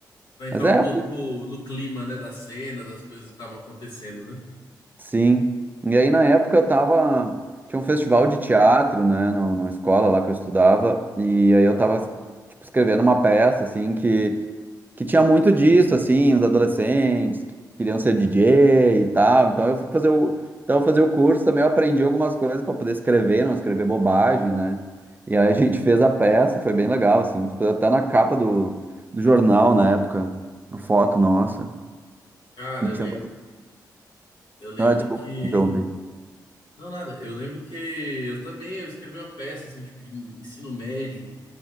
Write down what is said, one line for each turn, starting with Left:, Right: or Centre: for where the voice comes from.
Left: pra entrar
Right: mas é,
Left: um pouco no clima, né, da cena, das coisas que estavam acontecendo, né?
Right: sim. E aí na época eu tava tinha um festival de teatro, né, no, na escola lá que eu estudava, e aí eu tava tipo, escrevendo uma peça assim que que tinha muito disso, assim, os adolescentes que queriam ser DJ e tal. Então eu fui fazer o, então eu fazer o curso também, eu aprendi algumas coisas para poder escrever, não escrever bobagem, né? E aí a gente fez a peça, foi bem legal, assim, tipo, até na capa do, do jornal na época, uma foto nossa.
Left: Cara,
Right: E
Left: eu
Right: tinha
Left: lembro. Eu lembro
Right: Ah, desculpa,
Left: que.
Right: interrompi.
Left: Não, nada. Eu lembro que eu também eu escrevi uma peça assim, tipo, de ensino médio,